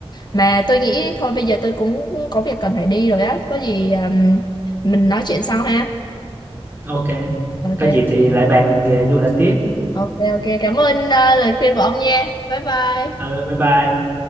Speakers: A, on the left; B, on the right.
A: mà tôi nghĩ thôi bây giờ tôi cũng có việc cần phải đi rồi á có gì ừm, mình nói chuyện sau ha
B: ok
A: ok
B: có gì thì lại bàn mình về du lịch tiếp
A: ok ok cảm ơn ờ, lời khuyên của ông nha bye bye
B: ừ, bye bye